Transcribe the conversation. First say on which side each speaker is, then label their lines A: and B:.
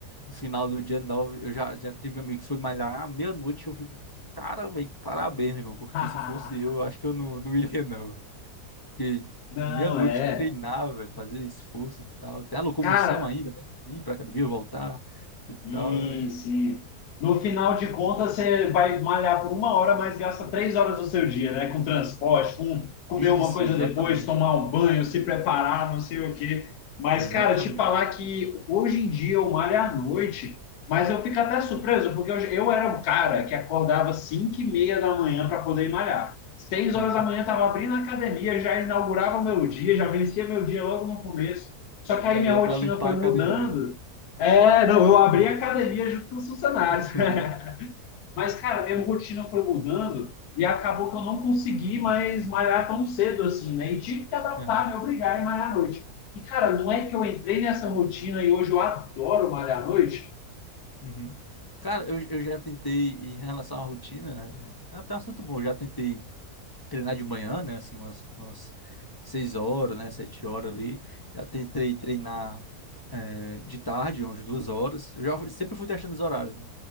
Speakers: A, on the left; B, on the left.
A: no final do dia 9 eu já, já tive um amigo que foi malhar à meia-noite, eu fico, cara, velho, parabéns, meu irmão, porque
B: <laughs>
A: se fosse eu, eu acho que eu não, não iria, não. velho. Porque
B: Não,
A: meia-noite
B: é.
A: treinar, velho, fazer esforço e tal. Tem a locomoção
B: Cara,
A: ainda, né? Ir pra academia, voltar e
B: Isso.
A: tal. É,
B: E no final de contas, você vai malhar por uma hora, mas gasta três horas do seu dia, né? Com transporte, com comer
A: Isso,
B: uma coisa
A: exatamente,
B: depois, tomar
A: cara.
B: um banho, se preparar, não sei o quê. Mas,
A: Exatamente.
B: cara, te falar que hoje em dia eu malho à noite, mas eu fico até surpreso, porque eu, eu era um cara que acordava cinco e meia da manhã para poder ir malhar. Seis
A: Aham,
B: horas da manhã estava abrindo a academia, já inaugurava o meu dia, já vencia meu dia logo no começo. Só
A: O
B: que aí
A: cara
B: minha
A: ia
B: rotina
A: pra limpar
B: foi
A: a
B: mudando.
A: academia, velho.
B: É, não, eu abri a academia junto com os funcionários.
A: <laughs>
B: <laughs> Mas, cara, minha rotina foi mudando e acabou que eu não consegui mais malhar tão cedo assim, né? E tive que adaptar,
A: aham,
B: me obrigar a malhar à noite. E, cara, não é que eu entrei nessa rotina e hoje eu adoro malhar à noite?
A: uhum, Cara, eu, eu já tentei, em relação à rotina, é até um assunto bom, eu já tentei treinar de manhã, né, assim, umas, umas seis horas, né, sete horas ali, já tentei treinar é, de tarde, umas duas horas, eu já fui- sempre fui testando os horários, né,